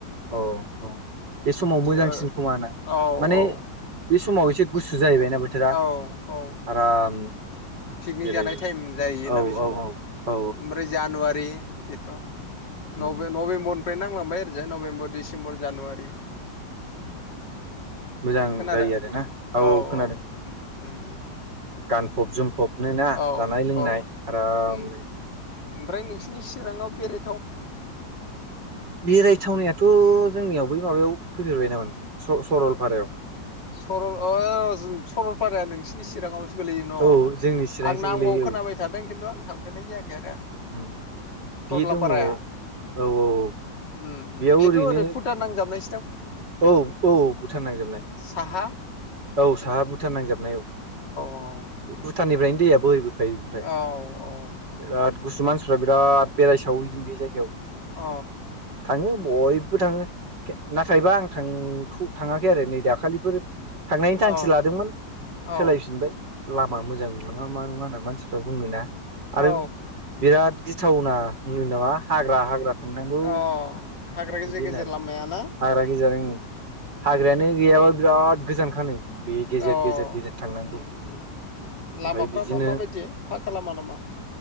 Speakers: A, on the right; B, on the left.
A: औ औ बे समाव मोजांसिन
B: ज
A: खोमा ना
B: औ
A: माने
B: औ
A: बे समाव एसे गुसु जाहैबायना बोथोरा
B: औ औ
A: आरामनो।
B: पिकनिक
A: बेरायनो
B: जानाय टाइम जाहैयोना
A: औ
B: बे
A: औ
B: समाव
A: औ औ
B: ओमफ्राय जानुवा बै इफ्राव
A: उम
B: नबे नबेबर ओमफाय नांलांबाय आरो ओरैजाय नभेम्बर डिसेम्बर जानुवारि
A: मोजां
B: खोनादों
A: जायो आरोना
B: औ औ
A: खोनादों
B: उम उम
A: गानफब जोमफबनो ना
B: औ
A: जानाय लोंनाय
B: औ
A: आरामनो।
B: उम ओमफ्राय नोंसिनि चिराङाव बेरे
A: बेरायथावनायाथ' जोंनियाव बै माबायाव फैफेरबाय नामा नों? स-सरलफारायाव
B: सरल ओ जों सरलपाराया नोंसिनि चिराङाव गोलैयो न'
A: औ जोंनि चिरांसो
B: आं नामखौ
A: गोलैयो
B: खोनाबाय
A: औ
B: थादों खिन्थु आं थांफेरनाय जायाखै आरो
A: उम बे
B: सरलापाराया
A: दङ औ औ औ
B: उम उम
A: बेयाव
B: बेथ'
A: ओरैनो
B: ओरै भुटान नांजाबनाय
A: औ औ भुटान नांजाबनाय।
B: साहा
A: औ साहा भुटान नांजाबनाय औ
B: औ उम
A: भुटाननिफ्रायनो दैया बोहैबोखायो ओफ्राय
B: औ औ
A: बिराद गुसु
B: उम
A: मानसिफ्रा बिराद बेराय सावहैदों बे जाय याव
B: अ
A: थाङो बयबो थाङो नाथायबा आं उम फु थाङाखै आरो नै दाखालिफोर थांनायनि थांखि
B: अ औ
A: लादोंमोन।
B: औ
A: सोलायफिनबाय लामा मोजां नङा मा नङा होनना मानसिफ्रा बुङोना आरो
B: औ
A: बिराद गिथावना होनो नामा हाग्रा हाग्रा थांनांगौ।
B: अ हाग्रा गेजेर
A: बिदि
B: गेजेर
A: होननानै
B: लामाय ना?
A: हाग्रा गेजेर हाग्रायानो गैयाबा बिराद गोजानखानो बे गेजेर
B: अ
A: गेजेर गेजेर थांनांगौ
B: उम उम
A: ओमफ्राय
B: लामाफ्राबा
A: बिदिनो
B: माबायदि फा खा लामा नामा